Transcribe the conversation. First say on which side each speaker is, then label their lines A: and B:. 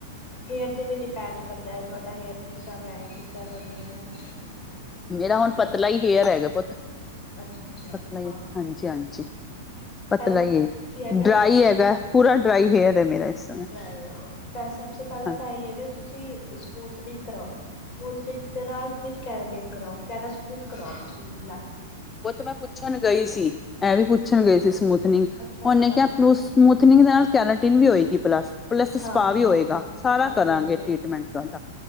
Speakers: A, on the left; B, on the left.
A: ਹੇਅਰ ਤੇ ਵੀ ਡਿਪੈਂਡ ਕਰਦਾ ਐ, ਤੁਆਡਾ ਹੇਅਰ ਕਿੱਦਾਂ ਦਾ ਐ, ਕਿੱਦਾਂ ਦਾ ਨਹੀਂ ਐ, ਹਨਾ।
B: ਮੇਰਾ ਹੁਣ ਪਤਲਾ ਈ ਹੇਅਰ ਹੈਗਾ ਪੁੱਤ।
A: ਅੱਛਾ-ਅੱਛਾ।
B: ਪਤਲਾ ਈ
A: ਹਾਂ
B: ਹਾਂਜੀ ਹਾਂਜੀ। ਪਤਲਾ
A: ਪਹਿਲਾਂ
B: ਈ ਏ,
A: ਕੀ ਹੈਗਾ
B: ਡਰਾਈ ਹੈਗਾ ਐ। ਪੂਰਾ ਡਰਾਈ ਹੇਅਰ ਹੈ ਮੇਰਾ ਇਸ ਸਮੇਂ
A: ਕਰਾਇਓ, ਪਰ ਸਭਸੇ ਪਹਿਲਾਂ
B: ਹਾਂਜੀ
A: ਤਾਂ ਐ ਈ ਕਿ ਤੁਸੀਂ ਸਮੂਥਨਿੰਗ ਕਰਾਓ। ਸਮੂਥਨਿੰਗ ਦੇ ਨਾਲ ਫਿਰ ਕੈਰਾਟੀਨ ਕਰਾਓ, ਕੈਰਾ ਸਮੂਥ ਕਰਾਓ ਤੁਸੀ ਪਹਿਲਾ।
B: ਪੁਤ ਮੈਂ ਪੁੱਛਣ ਗਈ ਸੀ, ਐਵੀ ਪੁੱਛਣ
A: ਅੱਛਾ,
B: ਗਈ ਸੀ ਸਮੂਥਨਿੰਗ,
A: ਅੱਛਾ-ਅੱਛਾ।
B: ਉਹਨੇ ਕਿਆ ਨੂੰ ਸਮੂਥਨਿੰਗ ਦੇ ਨਾਲ ਕੈਰਟੀਨ ਵੀ ਹੋਏਗੀ ਪਲੱਸ ਪਲੱਸ ਸਪਾਅ
A: ਹਾਂ-ਹਾਂ
B: ਵੀ ਹੋਏਗਾ।
A: ਉਹ
B: ਸਾਰਾ
A: ਹਾਂਜੀ-ਹਾਂਜੀ।
B: ਕਰਾਂਗੇ ਟ੍ਰੀਟਮੈਂਟ ਤੁਆਡਾ